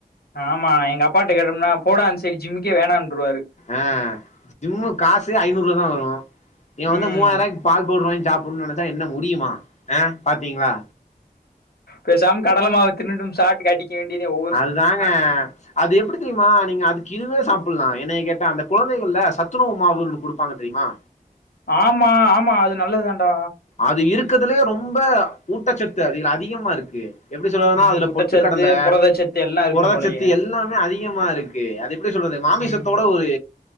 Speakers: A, on the left; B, on the left.
A: ஆமா எங்க அப்பாட்ட கேட்டோம்னா போடா அந்சைடு ஜிம்முக்கே வேணான்ட்ருவாரு
B: ஆ ஜிம்மு காசே ஐந்நூறுவா தா வரு நீ வந்து
A: ம்
B: மூவாயிரூவாய்க் பால் பவுடர் வாங்கி சாப்புனுன் நெனச்சா என்ன முடியுமா அ பாத்தீங்ளா
A: பேசாம கடல மாவ் தின்னுட்ன் <unintelligible> அடி கேண்டித ஒ
B: அதுதாங்க அது எப்டி தெரியுமா நீங்க அதுக்கு இதுவே சாப்பல்லா என்னைய கேட்டா அந்த கொழந்தைகள்ல சத்துணவு மாவுன் ஒன்னு குடுப்பாங்க தெரியுமா
A: ஆமா ஆமா அது நல்லது தாண்டா
B: அது இருக்கதுலயே ரொம்ப ஊட்டச்சத்து அதிக அதிகமா இருக்கு எப்டி சொல்றதுன்னா
A: ம்
B: அதுல
A: ஊட்டச்சத்து
B: பொட்டுக்கடல
A: புரதச்சத்து எல்லா இருக்கும்
B: புரதச்சத்து
A: போலயே
B: எல்லாமே அதிகமா இருக்கு அது எப்புடி சொல்றது மாமிசத்தோட
A: ம்
B: ஒரு